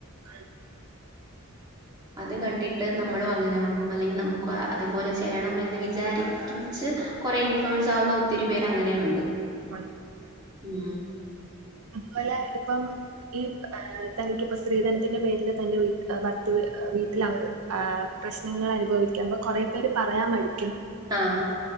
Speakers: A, on the right; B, on the right.
A: ആണ്
B: അത് കണ്ടിട്ട് നമ്മളും അങ്ങനെ ആവണം അല്ലെങ്കിൽ നമുക്ക് അതുപോലെ ചെയ്യണം എന്ന് വിചാരിക്ക്‌ ച്ച് കൊറേ ഇൻഫ്ലുവൻസ് ആവുന്ന ഒത്തിരി പേര് അങ്ങനെയുണ്ട്.
A: ഉണ്
B: ഉം
A: അതുപോലെ ഇപ്പം ഈ ഏഹ് തനിക്കിപ്പോ സ്ത്രീധനത്തിന്റെ പേരില് തന്റെ വീട്ട് എഹ് ഭർ ത്ത് വീട്ടില് അ പ്രശ്നങ്ങൾ അനുഭവിക്ക്മ്പോ കൊറേ പേര് പറയാൻ മടി
B: ആഹ്